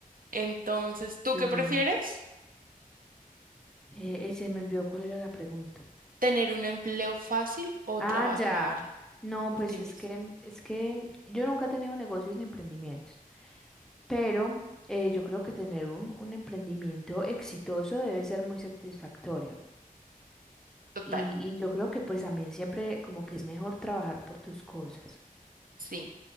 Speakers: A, on the right; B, in the centre.
A: Entonces, ¿tú
B: Sí.
A: qué prefieres?
B: Eh, eh, se me olvidó cuál era la pregunta.
A: ¿Tener un empleo fácil o
B: Ah,
A: trabajar
B: ya. No,
A: por
B: pues
A: ti mismo?
B: es que, es que yo nunca he tenido negocios ni emprendimientos. Pero eh, yo creo que tener un, un emprendimiento exitoso debe ser muy satisfactorio.
A: Total,
B: Y, y yo creo que pues también siempre como que es mejor trabajar por tus cosas.
A: sí.